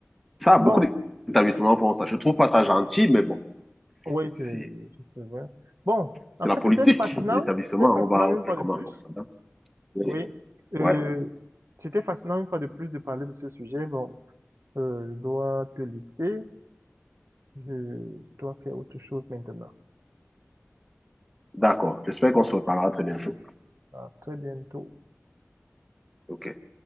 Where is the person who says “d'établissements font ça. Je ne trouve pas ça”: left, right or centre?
Centre